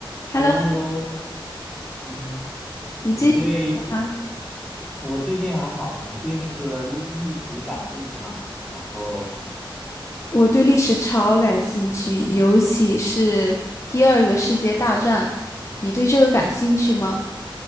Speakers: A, on the left; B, in the centre.
A: Hello，
B: h e l l o h e l l o 嗯，
A: 你最近
B: 你对
A: 啊，
B: 我最近还好，你对那个历史感兴趣吗？然后
A: 我对历史超感兴趣，尤其是第二个世界大战，你对这个感兴趣吗？